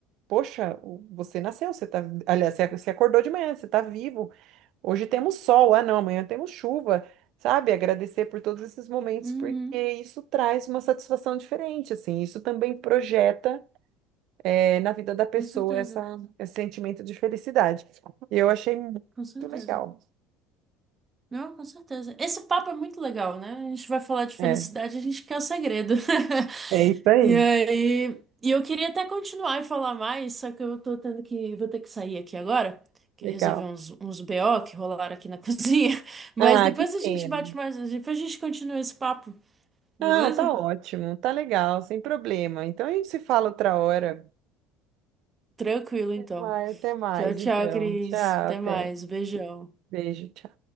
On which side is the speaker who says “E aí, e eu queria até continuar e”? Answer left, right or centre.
Right